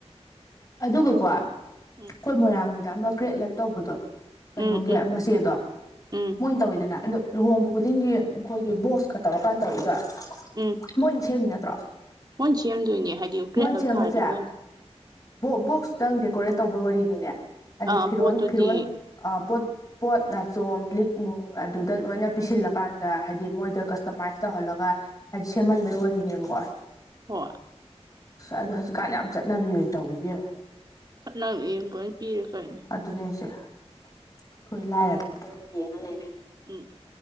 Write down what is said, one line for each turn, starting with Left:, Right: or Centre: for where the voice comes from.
Left: ꯑꯗꯨꯒꯀꯣ
Right: ꯎꯝ
Left: ꯑꯩꯈꯣꯏ ꯃꯣꯏꯔꯥꯡꯒꯤꯗ ꯑꯃ ꯀ꯭ꯔꯦꯠꯂꯞ ꯇꯧꯕꯗꯣ ꯀꯩꯅꯣꯒꯤ
Right: ꯎꯝ ꯎꯝ
Left: ꯃꯆꯦꯗꯣ
Right: ꯎꯝ
Left: ꯃꯣꯏ ꯇꯧꯋꯤꯗꯅ ꯑꯗꯣ ꯂꯨꯍꯣꯡꯕ ꯈꯨꯗꯤꯡꯒꯤ ꯃꯈꯣꯏꯒꯤ ꯕꯣꯛꯁꯀ ꯇꯧꯔꯀꯥꯟ ꯇꯧꯋꯤꯗꯣ
Right: ꯎꯝ
Left: ꯃꯣꯏꯅ ꯁꯦꯝꯃꯤ ꯅꯠꯇ꯭ꯔꯣ
Right: ꯃꯣꯏ ꯁꯦꯝꯗꯣꯏꯅꯦ ꯍꯥꯏꯗꯤ
Left: ꯃꯣꯏꯅ
Right: ꯀ꯭ꯔꯦꯠꯂꯞ
Left: ꯁꯦꯝꯕꯁꯦ
Right: ꯊꯥꯔꯗꯤ ꯃꯣꯏꯅꯗ
Left: ꯕꯣꯛꯁꯇꯪ ꯗꯦꯀꯣꯔꯦꯠ ꯇꯧꯕꯩ ꯋꯥꯔꯤꯅꯤꯅꯦ ꯍꯥꯏꯗꯤ
Right: ꯑꯥ
Left: ꯐꯤꯔꯣꯜ-ꯐꯤꯔꯣꯜ
Right: ꯄꯣꯠꯇꯨꯗꯤ
Left: ꯄꯣꯠ ꯄꯣꯠ ꯆꯣꯝ ꯂꯤꯛ ꯅꯨꯡ ꯑꯗꯨꯗ ꯂꯣꯏꯅ ꯄꯤꯁꯤꯜꯂꯀꯥꯟꯗ ꯍꯥꯏꯗꯤ ꯃꯣꯏꯗ ꯀꯁꯇꯃꯥꯏꯁ ꯇꯧꯍꯜꯂꯒ ꯍꯥꯏꯗꯤ ꯁꯦꯝꯍꯟꯕꯩ ꯋꯥꯔꯤꯅꯦꯕꯀꯣ ꯑ
Right: ꯍꯣꯏ
Left: ꯑꯗꯣ ꯍꯧꯖꯤꯛꯀꯥꯟ ꯌꯥꯝ ꯆꯠꯅꯕꯤ ꯑꯣꯏ ꯇꯧꯏ ꯏꯕꯦꯝꯃ
Right: ꯆꯅ ꯌꯦꯟ ꯂꯣꯏꯅ ꯄꯤꯔꯦ ꯀꯅꯣ
Left: ꯑꯗꯨꯅꯤꯁꯦ ꯑꯩꯈꯣꯏ ꯂꯥꯏꯔꯕꯅꯤ ꯑꯗꯨꯝ ꯌꯦꯡꯉ ꯂꯩꯔꯦ
Right: ꯎꯝ